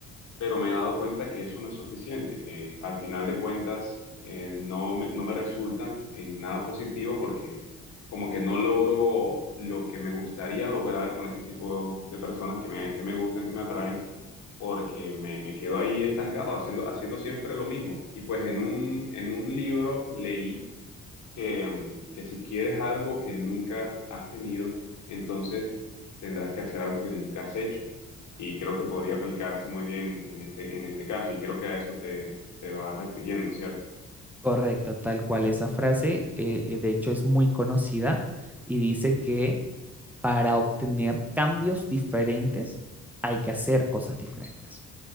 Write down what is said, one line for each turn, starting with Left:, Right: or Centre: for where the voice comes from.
Left: pero me he dado cuenta que eso no es suficiente, que al final de cuentas eh, no me, no me resulta en nada positivo porque como que no logro lo que me gustaría lograr con ese tipo de personas que me, que me gustan, que me atraen, porque me, me quedo ahí estancado haciendo, haciendo siempre lo mismo. Y pues en un, en un libro leí que, mm, que si quieres algo que nunca has tenido, entonces tendrás que hacer algo que nunca has hecho. Y creo que podría aplicarse muy bien en este, en este caso, y creo que a eso te, te vas refiriendo, ¿cierto?
Centre: Correcto, tal cual esa frase, eh, de hecho, es muy conocida y dice que para obtener cambios diferentes hay que hacer cosas diferentes.